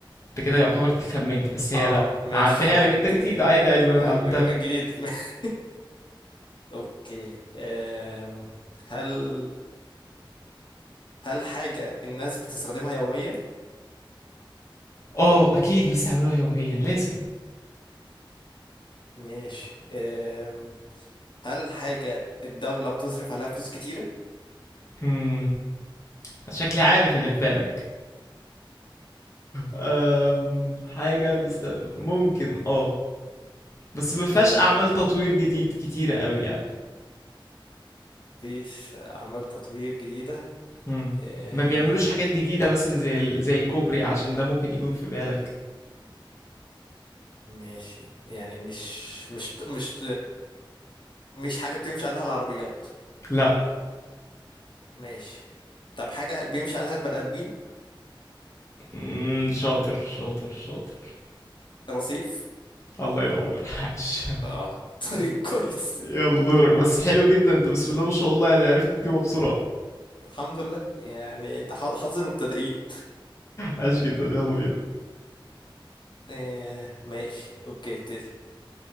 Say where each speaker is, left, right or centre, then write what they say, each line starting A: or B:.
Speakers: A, on the left; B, on the left.
A: انت كده يعتبر خمنت بس هي
B: اه
A: لا
B: ماشي
A: هعديها
B: اوكي
A: لك انت جديد عادي عادي ما
B: تمام
A: اتعلمتها
B: جديد <laughs> اوكي آم، هل هل حاجة الناس بتستخدمها يوميا
A: اه اكيد بيستعملوها يوميا لازم
B: ماشي أم، هل حاجة الدولة بتصرف عليها فلوس كتيرة؟
A: امم شكلي عارف اللي في بالك أم... حاجة بيست... ممكن اه بس ما فيهاش
B: ممكن
A: اعمال تطوير جديد كتيرة قوي يعني
B: مفيش أعمال تطوير جديدة
A: امم
B: أم،
A: ما بيعملوش حاجات جديدة مثلا زي ال- زي كوبري عشان ده ممكن يكون في بالك
B: ماشي يعني مش مش مش مش حاجة بتمشي عليها العربيات
A: لا
B: ماشي طب حاجة بيمشي عليها البني آدمين
A: امم شاطر شاطر شاطر
B: رصيف
A: الله ينور عاش
B: اه <laughs> طيب كويس
A: يلا دورك بس حلو جدا انت بسم الله ما شاء الله يعني عرفت تجيبها بسرعة
B: الحمد لله يعني تح- حظ المبتدئين
A: عاش جدا يلا بينا
B: آه ماشي اوكي ابتدي